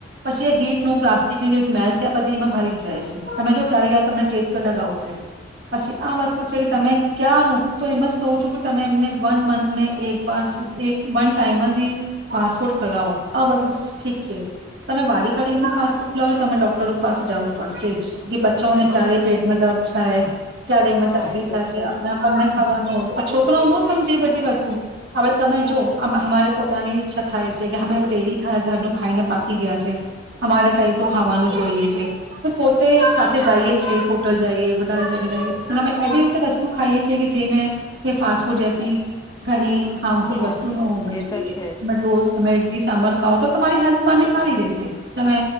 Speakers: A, on the right; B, on the left.
A: પછી એ હીટનું પ્લાસ્ટિકની જે સ્મેલ છે બધી એમાં ભરી જાય છે તમે જો ક્યારે ક તમને ટેસ્ટ પ લગાવશે પછી આ વસ્તુ છે કે તમે ક્યાંનું હું તો એમ જ કહું છું કે તમે એમને વન મંથ એક વારધી વન ટાઈમ જ ફાસ્ટફૂડ ખલાવો આ બધું ઠીક છે તમે વારી ખાડી એમનું ફાસ્ટ ફૂડ ખલાવો તમે ડોક્ટરો પાસે જવું પડશે જ કે બચ્ચાઓને ક્યારે પેટમાં દર્દ થાય ક્યાયારે એમને
B: હા
A: તકલીફ
B: એ તો
A: થાય છે આપ
B: જ
A: આપણને છોકરાઓ ન સમજે એ બધી વસ્તુ હવે તમે જો અમારે પોતાની ઈચ્છા થાય છે કે અમે ડેલી ઘરનું ખાઈને પાકી ગયા છે અમારે કઈ તો ખાવાનું જોઈએ છે પોતે સાથે જઈએ છે હોટલ જઈએ <unintelligible> વસ્તુ ખાઈએ છીએ કે જે મે કે ફાસ્ટ ફૂડ જેસી ઘની હાર્મફુલ
B: હા
A: વસ્તુ ન હોવાવી
B: એ
A: જોઈએ
B: તો છે
A: તમે
B: જ
A: ડોસ તમે ઇડલી સાંભાર ખાવઓ તો તમારી હેલ્થ માને સારી રેસે તમે